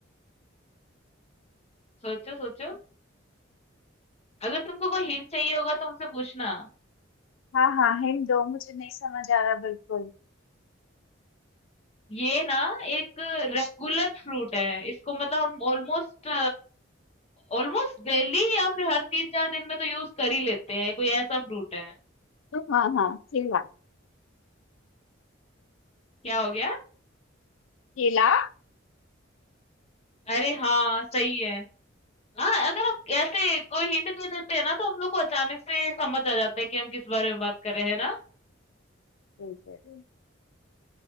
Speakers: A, on the left; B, on the left.
A: सोचो सोचो अगर तुमको कोई हिंट चाहिए होगा तो मुझसे पूछना
B: हाँ हाँ हिंट दो मुझे नहीं समझ आ रहा बिल्कुल
A: ये ना एक रेगुलर फ्रूट है इसको मतलब हम ऑलमोस्ट ऑलमोस्ट डेली या फिर हर तीन चार दिन में तो यूज कर ही लेते हैं कोई ऐसा फ्रूट है
B: हाँ हाँ केला
A: क्या हो गया
B: केला
A: अरे हाँ सही है हाँ अगर हम ऐसे कोई हिंट दे देते हैं ना तो हम लोग को अचानक से समझ आ जाता है कि हम किस बारे में बात कर रहे हैं ना
B: बिल्कुल